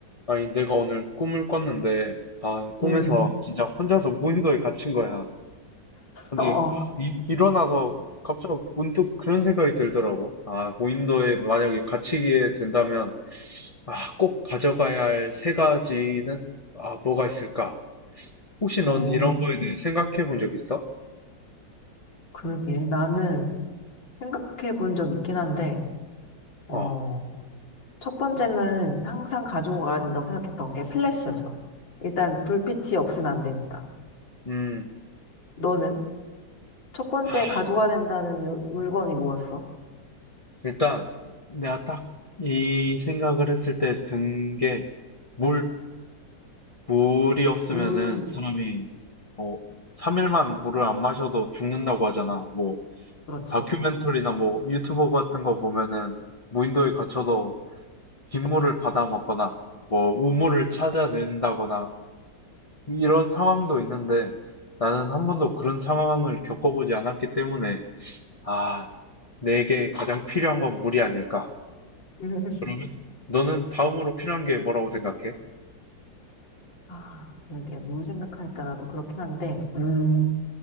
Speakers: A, on the left; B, on the left.
A: 아니, 내가 오늘 꿈을 꿨는데, 아, 꿈에서
B: 음,
A: 진짜 혼자서 무인도에 갇힌 거야. 근데
B: 어,
A: 아, 이- 일어나서 갑자기 문득 그런 생각이 들더라고. 아, 무인도에 만약에 갇히게 된다면, 아, 꼭 가져가야 할 세 가지는, 아, 뭐가 있을까? 혹시 넌
B: 어,
A: 이런 거에 대해 생각해 본 적 있어?
B: 그러게. 나는 생각해 본 적 있긴 한데, 어,
A: 어,
B: 첫 번째는 항상 가지고 가야 된다고 생각했던 게 플래시였어. 일단 불빛이 없으면 안 되니까.
A: 음,
B: 너는? 첫 번째
A: 아,
B: 가지고 가야 된다는 물건이 뭐였어?
A: 일단 내가 딱 이 생각을 했을 때 든 게, 물. 물이 없으면은
B: 물,
A: 사람이 뭐 3일만 물을 안 마셔도 죽는다고 하잖아. 뭐
B: 그렇지.
A: 다큐멘터리나 뭐 유튜버 같은 거 보면은 무인도에 갇혀서 빗물을 받아 먹거나 뭐 우물을 찾아낸다거나 이런 상황도 있는데 나는 한 번도 그런 상황을 겪어보지 않았기 때문에 아, 내게 가장 필요한 건 물이 아닐까.
B: <laughs> 음.
A: 그러면 너는 다음으로 필요한 게 뭐라고 생각해?
B: 아, 이게 물 생각하니까 나도 그렇긴 한데, 음,